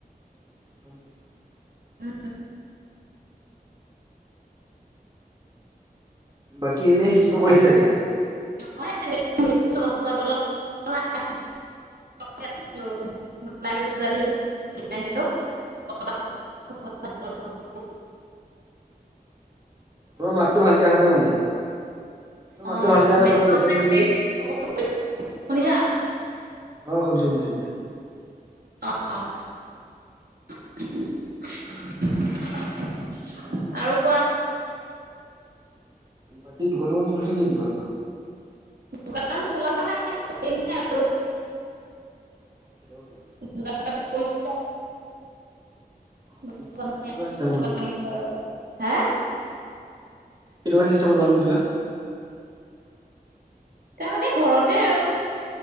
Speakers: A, on the right (about 25°); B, on the right (about 70°).
A: <unintelligible>
B: উম
A: বাকী এনেই কিবা কৰি আছা এতিয়া?
B: নহয় এনেই বহি আছো গছৰ তলত <unintelligible>
A: অ অ
B: <unintelligible> <unintelligible>
A: তোমাৰ মাততো ভালকে অহা নাই মানে। তোমাৰ
B: অঁ
A: মাতটো ভালকে
B: <unintelligible>
A: অহা নাই মানে। তোমাৰ নেটৱৰ্ক নাই নেকি
B: শুনিছা?
A: অহ শুনিছো শুনিছো এতিয়া।
B: অ <unintelligible> আৰু কোৱা।
A: বাকী দোকান দোকান খুলিছে নে কিবা?
B: দোকান খোলা নাই খুলিমহে আৰু।
A: কেতিয়াপা
B: <unintelligible>
A: খুলিবা অ
B: <unintelligible>
A: মানে কেনেকুৱা চিষ্টেমত খুলিবা
B: হা
A: কেনেকুৱা চিষ্টমত দোকান খুলিবা?
B: মানে ঘৰতে আৰু